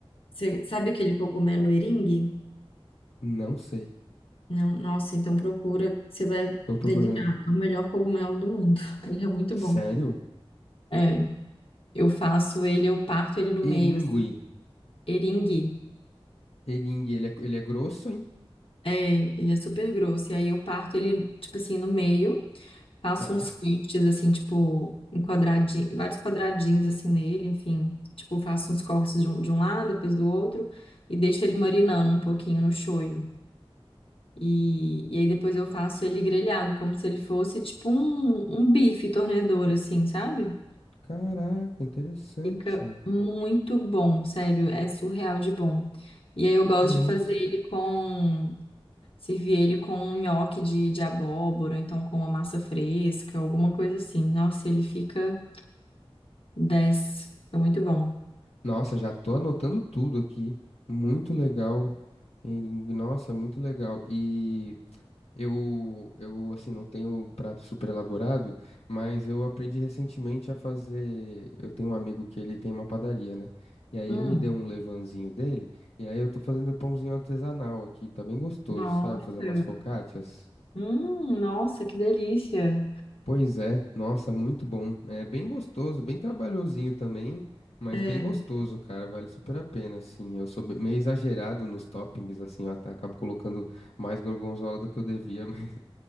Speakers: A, on the left; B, on the left.
A: Você sabe aquele cogumelo eringue?
B: Não sei.
A: Não, nossa, então procura, você vai
B: Tô procurando.
A: delirar. É o melhor cogumelo do mundo. <laughs> Ele é muito
B: Sério?
A: bom. É, eu faço ele, eu parto ele no meio,
B: Eringue.
A: assim, eringue.
B: Eringue, ele é, ele é grosso, hein?
A: É, ele é super grosso. E aí eu parto ele, tipo assim, no meio, faço
B: Tá.
A: uns cortes, assim, tipo, em quadradinho, vários quadradinhos, assim, nele, enfim. Tipo, faço uns cortes de um, de um lado, depois do outro, e deixo ele marinando um pouquinho no shoyu. E, e aí depois eu faço ele grelhado, como se ele fosse tipo um, um bife tornedor, assim, sabe?
B: Caraca, interessante.
A: Fica muito bom, sério, é surreal de bom. E aí eu gosto
B: Nossa.
A: de fazer ele com, servir ele com um nhoque de, de abóbora, ou então com uma massa fresca, alguma coisa assim. Nossa, ele fica dez fica muito bom.
B: Nossa, já tô anotando tudo aqui. Muito legal. Ele- Nossa, muito legal. E eu, eu assim, não tenho um prato super elaborado, mas eu aprendi recentemente a fazer. Eu tenho um amigo que ele tem uma padaria, né? E aí
A: Hum,
B: ele me deu um levanzinho dele, e aí eu tô fazendo pãozinho artesanal aqui. Tá bem gostoso,
A: nossa,
B: sabe? Fazer umas focaccias.
A: hum, nossa, que delícia.
B: Pois é, nossa, muito bom. É bem gostoso, bem trabalhosinho também, mas
A: É,
B: bem gostoso, cara. Vale super a pena, assim. Eu sou be- meio exagerado nos toppings, assim, eu at- acabo colocando mais gorgonzola do que eu devia, <laughs> mas,